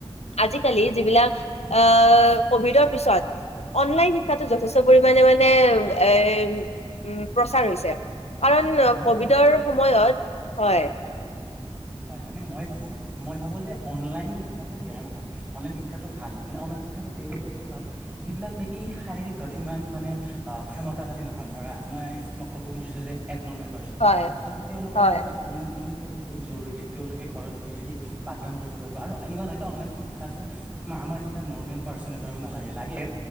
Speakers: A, on the left (about 85°); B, on the right (about 15°).
A: আজিকালি যিবিলাক আ, কভিডৰ পিছত অনলাইন শিক্ষাটো যথেষ্ট পৰিমানে এ, উ, প্ৰচাৰ হৈছে। কাৰণ
B: হয় মই
A: কভিডৰ
B: ভাবো
A: সময়ত, হয়।
B: হয় মানে মই ভাবোঁ মই ভাবোঁ যে অনলাইন শিক্ষাটো বেয়া নহয়। অনলাইন শিক্ষাটো ভাল মানে অনলাইন শিক্ষা তেওঁলোকৰ বাবে ভাল যিবিলাক নেকি ই শাৰীৰিক ভাৱে ইমান মানে অ' ক্ষমতাশালী নহয় ধৰা মই তোমাক ক'ব খুজিছো যে এবনবে পাৰ্চন।
A: হয়
B: ত' তেওঁলোকৰ
A: হয়।
B: বাবে অনলাইন শিক্ষাটো বহুত জৰুৰী, তেওঁলোকে ঘৰত বহি পঠদান কৰিব পাৰিব আৰু এনেকুৱা অনলাইন শিক্ষাটো আমাৰ নিচিনা নৰ্মেল পাৰ্চনে ধৰক নালাগে। লাগে